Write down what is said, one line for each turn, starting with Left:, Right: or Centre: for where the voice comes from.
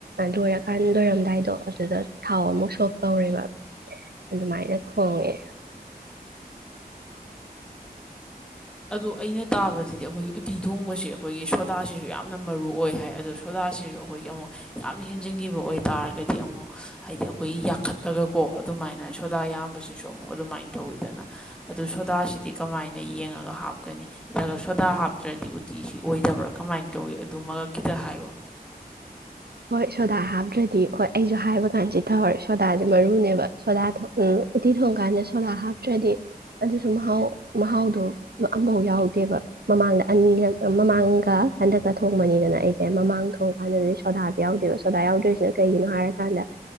Right: ꯂꯣꯏꯔꯀꯥꯟꯗ ꯂꯣꯏꯔꯝꯗꯥꯏꯗꯣ ꯑꯗꯨꯗ ꯊꯥꯎ ꯑꯃꯨꯛ ꯁꯣꯛꯞ ꯇꯧꯔꯦꯕ ꯑꯗꯨꯃꯥꯏꯅ ꯊꯣꯡꯉꯦ
Centre: ꯑꯗꯨ ꯑꯩꯅ ꯇꯥꯕꯗꯗꯤ ꯑꯩꯈꯣꯏꯒꯤ ꯎꯠꯇꯤ ꯊꯣꯡꯕꯁꯤ ꯑꯩꯈꯣꯏꯒꯤ ꯁꯣꯗꯥꯁꯤꯁꯨ ꯌꯥꯝꯅ ꯃꯔꯨ ꯑꯣꯏ ꯍꯥꯏ ꯑꯗꯨ ꯁꯣꯗꯥꯁꯤꯁꯨ ꯑꯩꯈꯣꯏꯒꯤ ꯑꯃꯨꯛ ꯌꯥꯝꯅ ꯍꯦꯟꯖꯤꯟꯈꯤꯕ ꯑꯣꯏ ꯇꯥꯔꯒꯗꯤ ꯑꯃꯨꯛ ꯍꯥꯏꯗꯤ ꯑꯩꯈꯣꯏꯒꯤ ꯌꯥꯈꯠꯂꯒꯀꯣ ꯑꯗꯨꯃꯥꯏꯅ ꯁꯣꯗꯥ ꯌꯥꯝꯕꯁꯤꯁꯨ ꯑꯃꯨꯛ ꯑꯗꯨꯃꯥꯏꯅ ꯇꯧꯋꯤꯗꯅ ꯑꯗꯨ ꯁꯣꯗꯥꯁꯤꯗꯤ ꯀꯃꯥꯏꯅ ꯌꯦꯡꯉꯒ ꯍꯥꯞꯀꯅꯤ ꯅꯠꯇ꯭ꯔꯒ ꯁꯣꯗꯥ ꯍꯥꯞꯇ꯭ꯔꯗꯤ ꯎꯇꯤꯁꯤ ꯑꯣꯏꯗꯕ꯭ꯔꯥ ꯀꯃꯥꯏꯅ ꯇꯧꯋꯤ ꯑꯗꯨꯃꯒ ꯈꯤꯇ ꯍꯥꯏꯌꯣ
Right: ꯍꯣꯏ ꯁꯣꯗꯥ ꯍꯥꯞꯇ꯭ꯔꯗꯤ ꯍꯣꯏ ꯑꯩꯁꯨ ꯍꯥꯏꯕ ꯀꯥꯟ ꯆꯊꯍꯔꯦ ꯁꯣꯗꯥꯁꯦ ꯃꯔꯨꯅꯦꯕ ꯁꯣꯗꯥ ꯎ ꯎꯇꯤ ꯊꯣꯡ ꯀꯥꯟꯗ ꯁꯣꯗꯥ ꯍꯥꯞꯇ꯭ꯔꯗꯤ ꯑꯗꯨꯁꯨ ꯃꯍꯥꯎ ꯃꯍꯥꯎꯗꯣ ꯑꯝꯐꯧ ꯌꯥꯎꯗꯦꯕ ꯃꯃꯥꯡꯗ ꯑꯅꯤꯛ ꯃꯃꯥꯡꯒ ꯍꯟꯗꯛꯀ ꯊꯣꯡꯕꯅꯤꯗꯅ ꯑꯩꯁꯦ ꯃꯃꯥꯡ ꯊꯣꯡ ꯀꯥꯟꯗꯗꯤ ꯁꯣꯗꯥ ꯌꯥꯎꯗꯦꯕ ꯁꯣꯗꯥ ꯌꯥꯎꯗꯣꯏꯔꯤꯁꯤꯅ ꯀꯩꯒꯤꯅꯣ ꯍꯥꯏꯔꯀꯥꯟꯗ